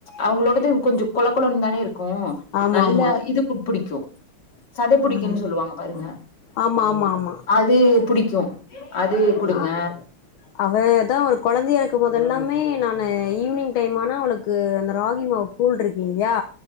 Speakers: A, on the left; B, on the left.
A: அவுங்களோடது கொஞ்சோ கொல கொலன்னு தான இருக் கு
B: ஆமா
A: நல்ல
B: ஆமா
A: இதுப்பு புடிக்கும். சத புடிக்குன்னு
B: ம்
A: சொல்லுவாங்க பாருங்க
B: ஆமா ஆமா ஆமா
A: அது புடிக்கு அது குடுங்க
B: ஆ அவ தா ஒரு கொழந்தையா இருக்குபோதெல்லாமே நானு ஈவினிங் டைம் ஆனா, அவளுக்கு அந்த ராகி மாவு, கூல் இருக்கீங்யா